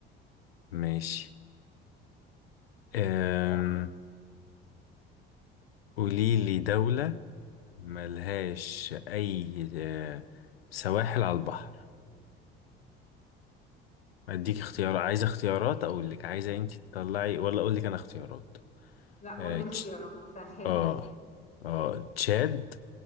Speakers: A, on the left (about 75°); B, on the left (about 25°).
A: ماشي أم... قولي لي دولة ملهاش اي آه، سواحل على البحر اديك اختيار عايزه اختيارات اقول لك عايزه انت تطلعي ولا اقول لك انا اختيارات
B: لا قول
A: اه
B: لي اختيارات
A: تش-
B: سهله
A: اه آه، تشاد